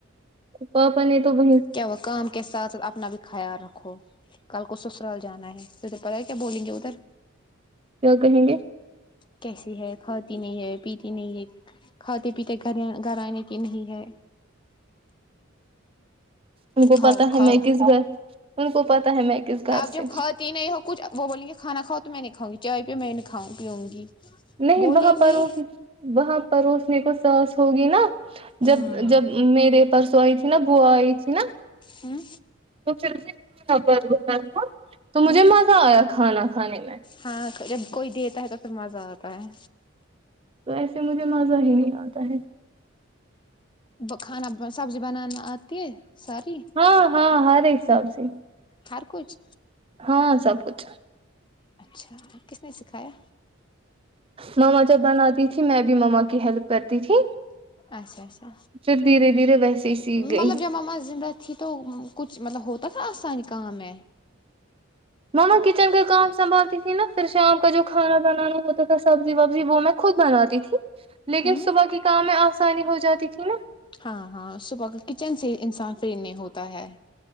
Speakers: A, on the right; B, on the left.
A: پاپا نے تو ب
B: کیا وہ کام کے ساتھ اپنا بھی خیال رکھو کل کو سسرال جانا ہے ت تو کیا بولیں گے ادھر
A: کیا کہیں گے
B: کیسی ہے کھاتی نہیں ہے پیتی نہیں ہے کھاتے پیتے گھر گھر آنے کے نہیں ہے
A: ان کو
B: کھاؤ
A: پتا ہے
B: کھاؤ
A: میں کس گھر ان کو پتا ہے میں کس گھر
B: آپ جب
A: سے
B: کھاتی نہیں ہو کچھ وہ بولیں گے کھانا کھاؤ تو میں نہیں کھاؤں گی چائے پیو میں نہیں کھاؤں پیوں گی
A: نہیں
B: بولیں
A: وہاں پروس
B: گے
A: وہاں پروسنے کو ساس ہوگی نا
B: ہوں
A: جب جب میرے پرسوں آئی تھی نا بوا آئی تھی نا
B: ہوں
A: تو پھر سے <unintelligible> تھا تو مجھے
B: ہوں
A: مزہ آیا کھانا کھانے میں
B: ہاں جب کوئی دیتا ہے تو پھر مزہ آتا ہے
A: تو ایسے مجھے مزہ ہی نہیں آتا ہے
B: ب کھانا سبزی بنانا آتی ہے ساری
A: ہاں ہاں ہر ایک سبزی
B: ہر کچھ
A: ہاں سب کچھ
B: اچھا کس نے سکھایا
A: مما جب بناتی تھی میں بھی مما کی ہیلپ کرتی تھی
B: اچھا اچھا
A: پھر دھیرے دھیرے ویسے ہی سیکھ گئی
B: مطلب جب مما زندہ تھی تو کچھ مطلب ہوتا تھا آسانی کام میں
A: مما کچن کا کام سنبھالتی تھی نا پھر شام کا جو کھانا بنانا ہوتا تھا سبزی وبزی وہ میں خود بناتی تھی لیکن
B: ہوں
A: صبح کے کام میں آسانی ہو جاتی تھی نا
B: ہاں ہاں صبح کا کچن سے انسان فری نہیں ہوتا ہے